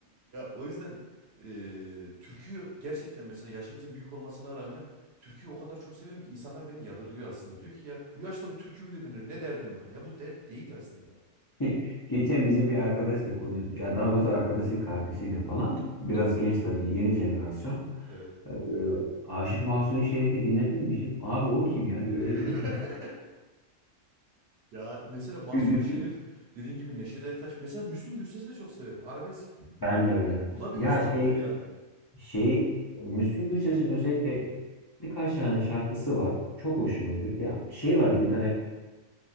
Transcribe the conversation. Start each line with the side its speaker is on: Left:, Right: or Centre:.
Right: Ya o yüzden e, türküyü gerçekten mesela yaşımızın büyük olmasına rağmen türküyü o kadar çok seviyorum ki insanlar beni yadırgıyor aslında. Diyor ki ya bu yaşta bu türkü mü dinlenir? Ne derdim var? Ya bu dert değil aslında.
Left: Ge- <laughs> Geçen bizim bir arkadaşla konuşup, ya daha doğrusu arkadaşın kardeşiyle falan, biraz genç tabii, yeni jenerasyon.
Right: Evet.
Left: Ee, Aşık Mahzuni Şerif'i dinledin mi şimdi? Abi o kim ya diyor, öyle
Right: <laughs>
Left: biri mi var?
Right: Ya mesela Mahsuni
Left: Üzüldüm.
Right: Şerif dediğin gibi Neşet Ertaş. Mesela Müslüm Gürses'i de çok severim. Arabesk.
Left: Ben de öyle.
Right: O da bir
Left: Ya
Right: üstattır
Left: şey
Right: yani.
Left: Şey Müslüm Gürses'in özellikle birkaç tane şarkısı var. Çok hoşuma gidiyor. Ya şey vardı bir tane